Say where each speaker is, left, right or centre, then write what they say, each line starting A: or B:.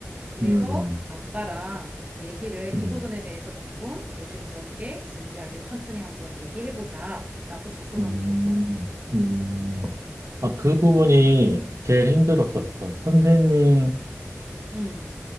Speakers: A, on the right (about 25°); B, on the right (about 85°).
A: 그래서
B: 음,
A: 아빠랑 얘기를
B: 음,
A: 이 부분에 대해서 조금 조심스럽게, 진지하게, 천천히 한번 얘기해보자라고 접근하면
B: 음,
A: 좋을 것 같아.
B: 음. 아, 그 부분이 제일 힘들었었어. 선생님들을
A: 음.